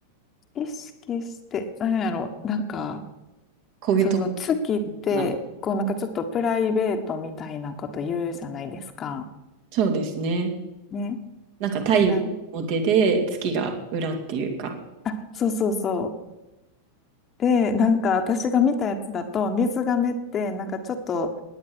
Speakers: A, on the left; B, on the right.
A: 意識して、なんやろ、なんか、
B: こういうとこ
A: その月って、
B: かな。
A: こうなんかちょっとプライベートみたいなこと言うじゃないですか。
B: そうですね。
A: ね。
B: なんか太陽の表で月が裏っていうか、
A: で、なんあ、そうそうそう。で、なんか私が見たやつだと、水亀って、なんかちょっと、